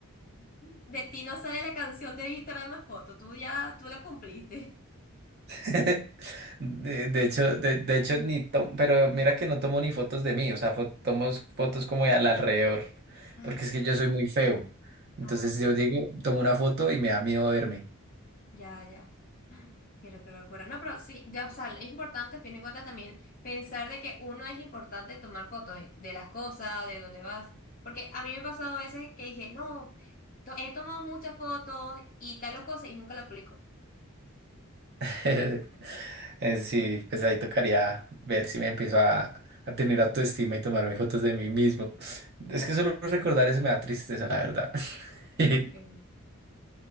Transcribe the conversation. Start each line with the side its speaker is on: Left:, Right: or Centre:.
Left: De ti no sale la canción de Víctor más foto, tú ya, tú la cumpliste.
Right: <laughs> De, de hecho, de, de hecho, ni tomo, pero mira que no tomo ni fotos de mí, o sea, fo- tomo fotos como de al alrededor,
Left: Ah,
Right: porque es que yo soy muy feo. Entonces
Left: ah, ok.
Right: yo digo, tomo una foto y me da miedo verme.
Left: Ya, ya. Pero qué locura. No, pero sí, de, o sea, es importante, a fin de cuentas, también pensar de que uno es importante tomar fotos de de las cosas, de dónde vas. Porque a mí me ha pasado a veces que dije, no, to- he tomado muchas fotos y tal o cosa y nunca la publico.
Right: <laughs> Eh, Sí, pues ahí tocaría ver si me empiezo a, a tener autoestima y tomarme fotos de mí mismo. Es que solo recordar eso me da tristeza, la verdad. <laughs>
Left: Ay, perdón.